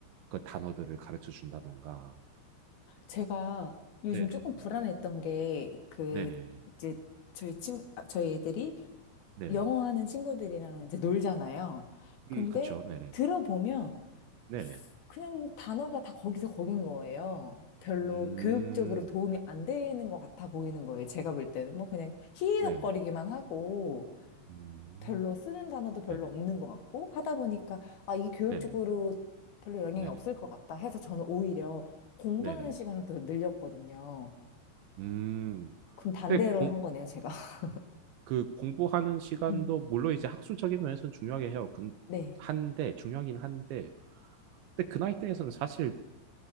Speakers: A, on the right (about 75°); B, on the left (about 60°).
A: 그 단어들을 가르쳐 준다던가
B: 제가 요즘
A: 네네
B: 조금 불안했던 게, 그,
A: 네네
B: 이제, 저희 친, 아, 저희 애들이
A: 네네
B: 영어 하는 친구들이랑 이제 놀잖아요. 근데
A: 음 그쵸 네네
B: 들어보면
A: 네네
B: 그냥 단어가 다 거기서 거긴 거예요. 별로
A: 음
B: 교육적으로 도움이 안 되는 것 같아 보이는 거예요. 제가 볼 때는 뭐 그냥 희희덕거리기만
A: 네네
B: 하고
A: 음
B: 별로 쓰는 단어도 별로
A: 네네
B: 없는 것 같고 하다 보니까 아, 이게 교육적으로
A: 네네
B: 별로 영향이
A: 네네
B: 없을 것 같다 해서 저는 오히려 공부하는
A: 네네
B: 시간을 더 늘렸거든요.
A: 음
B: 그럼 반대로
A: 근데 공
B: 한 거네요, 제가. <laughs>
A: 그 공부하는 시간도
B: 음,
A: 물론 이제 학술적인 면에서는 중요하게 해요 근
B: 네.
A: 한데 중요하긴 한데 근데 그 나이 대에서는 사실